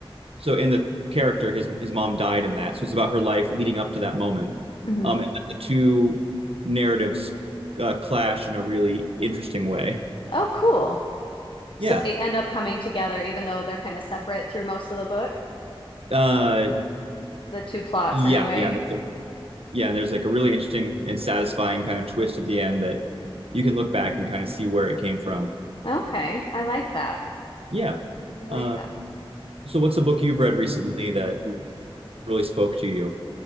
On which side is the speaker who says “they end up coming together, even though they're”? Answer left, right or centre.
Left